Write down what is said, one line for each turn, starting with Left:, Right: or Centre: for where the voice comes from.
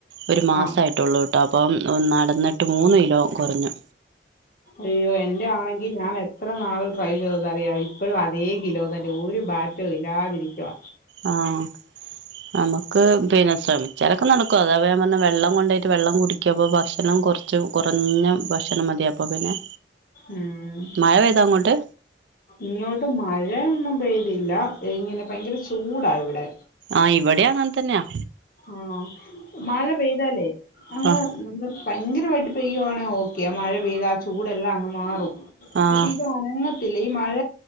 Right: ഒരു മാസയ്ട്ടൊള്ളൂ
Left: ആഹ്
Right: ട്ടോ അപ്പം നടന്നിട്ട് മൂന്നിലോ കൊറഞ്ഞു.
Left: അയ്യോ എന്റെ ആണെങ്കി ഞാൻ എ ത്ര നാൾ ട്രൈ ചെയ്തെന്നറിയാവൊ ഇപ്പഴും അതേ കിലോ തന്നെ ഒരു മാറ്റോ ഇല്ലാതിരിക്ക്വ
Right: ആഹ് നമുക്ക് പിന്നെ ശ്രമിച്ചാലൊക്കെ നടക്കും അതാപ ഞാൻ പർഞ്ഞെ വെള്ളം കൊണ്ടോയ്ട്ട് വെള്ളം കുടി ക്കപ്പൊ ഭക്ഷണം കൊർച്ച് കൊറഞ്ഞ ഭക്ഷണം മതിയപ്പ പിന്നെ
Left: ഉം
Right: മയ പെയ്തങ്ങോട്ട്?
Left: ഇങ്ങോട്ട് മഴയൊന്നും പെയ്തില്ല ഇങ്ങനെ ഭയ്ങ്കര ചൂടാ ഇവിടെ.
Right: ആഹ് ഇവടി അങ്ങൻതന്ന്യാ
Left: ആഹ് മഴ പെയ്താലേ അങ്ങ്
Right: ആഹ്
Left: <unintelligible> പയ്ങ്കരമായിട്ട് പെയ്യുവാണെ ഓക്കെ മഴ പെയ്ത ആഹ് ചൂടെല്ലാം അങ്ങ് മാറും
Right: ആഹ്
Left: പഷെ ഇത് അങ്ങ് ത്തില്ല ഈ മഴ